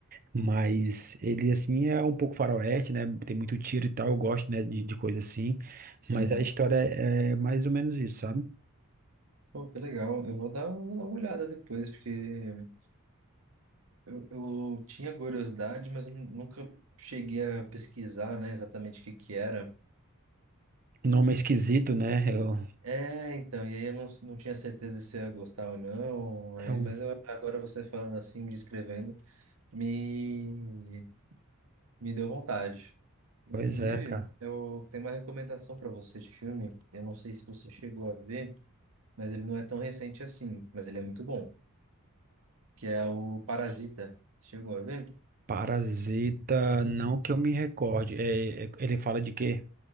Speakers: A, on the right; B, on the right.
A: Mas ele, assim, é um pouco faroeste, né? Tem muito tiro e tal, eu gosto, né, de, de coisa assim,
B: sim.
A: mas a história é, é mais ou menos isso, sabe?
B: Pô, que legal. Eu vou dar, vou dar uma olhada depois, porque eu, eu tinha curiosidade, mas eu nu- nunca cheguei a pesquisar, né, exatamente o que que era.
A: Nome é esquisito, né? Eu,
B: É, então, e aí eu não, não tinha certeza se eu ia gostar ou não, aí,
A: eu,
B: mas eu- agora você falando assim, me descrevendo, me, me deu vontade. Inclusive,
A: pois é, cara.
B: eu tenho uma recomendação para você de filme, eu não sei se você chegou a ver, mas ele não é tão recente assim, mas ele é muito bom, que é o Parasita. Chegou a ver?
A: Parasita, não que eu me recorde. É, é- ele fala de quê?